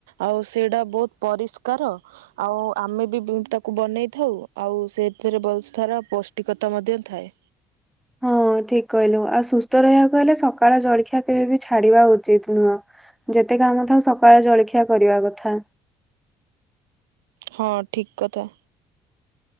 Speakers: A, on the right; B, in the centre.
A: ଆଉ ସେଇଟା ବହୁତ ପରିଷ୍କାର, ଆଉ ଆମେ ବି ତାକୁ ବନେଇଥାଉ, ଆଉ ସେଥିରେ ଭଲ ସାରା ପୌଷ୍ଟିକତା ମଧ୍ୟ ଥାଏ।
B: ହଁ। ହଁ, ଠିକ କହିଲୁ, ଆଉ ସୁସ୍ଥ ରହିବାକୁ ହେଲେ, ସକାଳ ଜଳଖିଆ କେବେ ବି ଛାଡିବା ଉଚିତ ନୁହଁ। ଯେତେ କାମ ଥାଉ, ସକାଳେ ଜଳଖିଆ କରିବା କଥା।
A: ହଁ, ଠିକ କଥା।